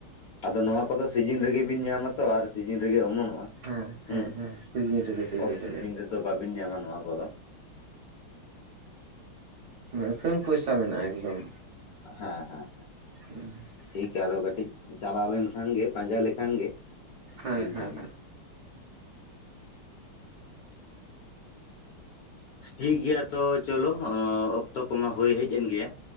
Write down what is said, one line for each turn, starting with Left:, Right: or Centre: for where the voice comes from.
Left: ᱟᱫᱚ ᱱᱚᱣᱟ ᱠᱚᱫᱚ ᱥᱤᱡᱤᱱ ᱨᱮᱜᱮᱵᱤᱱ ᱧᱟᱢᱟ ᱛᱚ ᱟᱨ ᱥᱤᱡᱤᱱ ᱨᱮᱜᱮ ᱚᱢᱚᱱᱚᱜᱼᱟ
Right: ᱦᱮᱸ ᱦᱮᱸ
Left: ᱦᱩᱸ
Right: ᱦᱮᱸ ᱥᱤᱡᱤᱱ ᱨᱮᱜᱮ
Left: ᱚᱯ
Right: ᱨᱮᱜᱮ
Left: ᱥᱤᱡᱤᱱ ᱨᱮᱫᱚ ᱵᱟᱵᱤᱱ ᱧᱟᱢᱟ ᱱᱚᱣᱟ ᱠᱚᱫᱚ
Right: ᱟᱹᱛᱷᱟᱱ ᱯᱚᱭᱥᱟ ᱢᱮᱱᱟᱜᱼᱟ ᱮᱠᱫᱚᱢ
Left: ᱦᱮ ᱦᱮ ᱦᱮ
Right: <unintelligible>
Left: ᱴᱷᱤᱠᱮᱭᱟ ᱟᱫᱚ ᱠᱟᱹᱴᱤᱡ ᱪᱟᱞᱟᱣ ᱞᱮᱱᱠᱷᱟᱱ ᱜᱮ ᱯᱟᱸᱡᱟ ᱞᱮᱠᱷᱟᱱ ᱜᱮ
Right: ᱦᱮᱸ
Left: ᱵᱤᱱ ᱧᱟᱢᱟ
Right: ᱦᱮᱸ ᱦᱮᱸ
Left: ᱴᱷᱤᱠ ᱜᱮᱭᱟ ᱛᱚ ᱪᱚᱞᱚ ᱚᱠᱛᱚ ᱠᱚᱢᱟ ᱦᱳᱭ ᱦᱮᱡ ᱮᱱ ᱜᱮᱭᱟ